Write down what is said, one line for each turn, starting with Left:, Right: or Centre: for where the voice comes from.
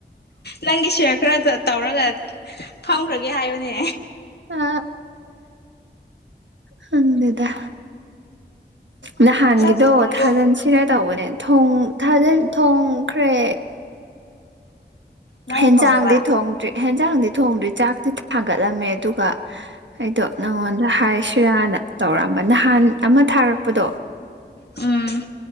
Left: ꯅꯪꯒꯤ ꯁꯤꯌꯔ ꯈꯔ ꯇꯧꯔꯒ ꯐꯝꯈ꯭ꯔꯒꯦ ꯍꯥꯏꯕꯅꯦ
Right: ꯑ ꯍꯗ ꯅꯍꯥꯟꯒꯤꯗꯣ
Left: ꯆꯥꯛꯇꯤ ꯊꯣꯡꯔꯕꯣ
Right: ꯊꯥꯖꯟꯁꯤꯔ ꯇꯧꯕꯅꯦ ꯊ ꯊꯥꯖꯟ ꯊꯣꯡꯈ꯭ꯔꯦ
Left: ꯅꯪꯅ
Right: ꯍꯦꯟꯖꯥꯡꯗꯗꯤ
Left: ꯊꯣꯡꯗꯕ
Right: ꯊ ꯍꯣꯡꯗ꯭ꯔꯤ ꯍꯟꯖꯗ ꯊꯣꯡꯗꯨ ꯆꯥꯛꯇꯤ ꯊꯥꯡꯒꯠꯂꯝꯃꯦ ꯑꯗꯨꯒ ꯑꯩꯗꯣ ꯅꯪꯉꯣꯟꯗ ꯍꯥꯏꯁꯤꯔꯥꯅ ꯇꯧꯔꯝꯕ ꯅꯍꯥꯟ ꯑꯃ ꯊꯥꯔꯛꯄꯗꯣ
Left: ꯎꯝ